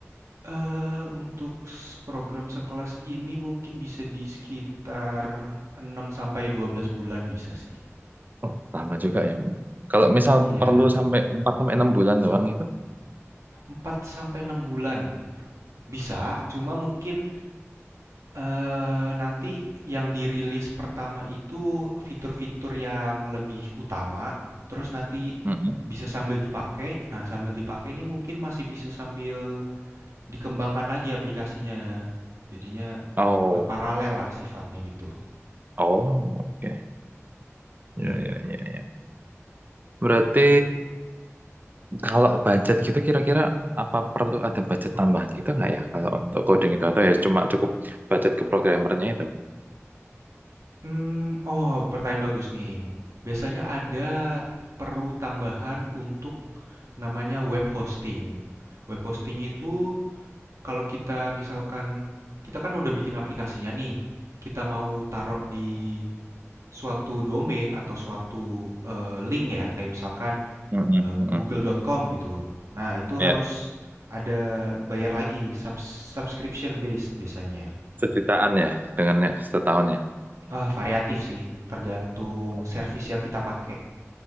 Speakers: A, on the right (about 80°); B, on the right (about 35°).
A: eh untuk program sekelas ini mungkin bisa di sekitar 6 sampai 12 bulan bisa sih.
B: Oh, lama juga ya. Kalau misal
A: Iya, yeah.
B: perlu sampai 4 sampai 6 bulan doang itu.
A: empat sampai enam bulan bisa, cuma mungkin Eee, nanti yang dirilis pertama itu fitur-fitur yang lebih utama, terus nanti
B: Mm-mm.
A: bisa sambil dipakai. Nah, sambil dipakai ini mungkin masih bisa sambil dikembangkan lagi aplikasinya. Jadinya,
B: Oh,
A: eee, paralel lah sifatnya gitu.
B: oh, oke.
A: Iya.
B: Ya, ya, ya, ya. Berarti kalau budget gitu kira-kira apa perlu ada budget tambahan gitu nggak ya kalau untuk coding itu atau ya cuma cukup budget ke programmernya itu?
A: Mmm, oh, pertanyaan bagus nih. Biasanya ada perlu tambahan untuk namanya web hosting. Web hosting itu Kalau kita misalkan kita kan udah bikin aplikasinya nih, kita mau taruh di suatu domain atau suatu eh, link ya, kayak misalkan
B: Mm-mm,
A: eh,
B: mm-mm.
A: google.com gitu. Nah, itu
B: Ya,
A: harus ada bayar lagi, subs- subscription based biasanya.
B: sejutaan ya dengannya setahun ya.
A: Ah, uh, variatif sih, tergantung
B: Oke.
A: service yang kita pakai.